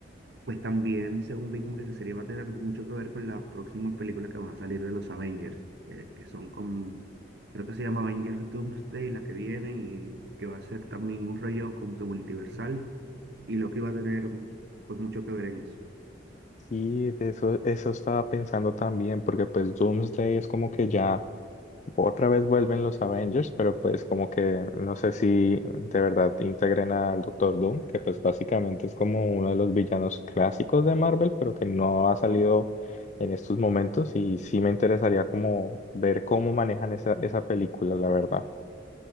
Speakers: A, on the right; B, on the left.
A: Pues también, según vi, como que esa serie va a tener mucho que ver con las próximas películas que van a salir de los Avengers, que, que son con, creo que se llama Avengers Doomsday, la que viene, y que va a ser también un rollo como que multiversal, y lo que va a tener pues mucho que ver en eso.
B: Sí, de eso, eso estaba pensando también, porque pues Doomsday es como que ya Otra vez vuelven los Avengers, pero pues como que no sé si de verdad integren al Doctor Doom, que pues básicamente es como uno de los villanos clásicos de Marvel, pero que no ha salido en estos momentos y sí me interesaría como ver cómo manejan esa, esa película, la verdad.